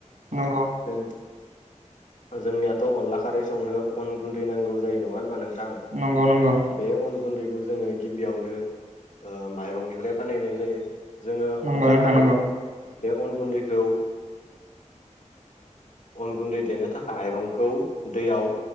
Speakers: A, on the right; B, on the left.
A: नंगौ।
B: जों जोंनियाथ' अनला खारै संनो अन गुन्दै नांगौ जायो नङा होनबा नों नोंथां?
A: नंगौ नंगौ नंगौ
B: बे उन गुन्दै बेखौ जोङो गिबियावनो ओं माइरंनिफ्राय बानायनाय जायो। जोङो
A: नंगौ
B: अनला
A: नोंथां
B: खारै
A: नंगौ
B: बे अन गुन्दैखौ ओ अन गुन्दै देनो थाखाय माइरंखौ दैयाव